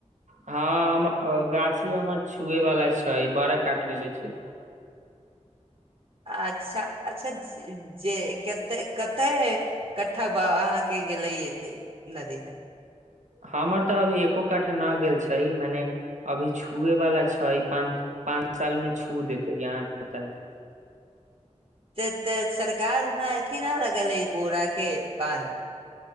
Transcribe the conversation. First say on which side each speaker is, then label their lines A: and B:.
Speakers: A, on the right; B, on the right.
A: हँ गाछी हमर छुए वाला छै बड़ा काट लेलेे छै
B: अच्छा अच्छा जी जे कते कते कट्ठा बाब अहाँ के गेले अथि नदी मे
A: हमर तऽ अभी एको कट्ठा न गेल छै मने अभी छुए वाला छै पच पाँच साल मे छू देते अहाँके बता दि
B: त तऽ सरकार वहाँ अथि न लगल है बोरा के बानध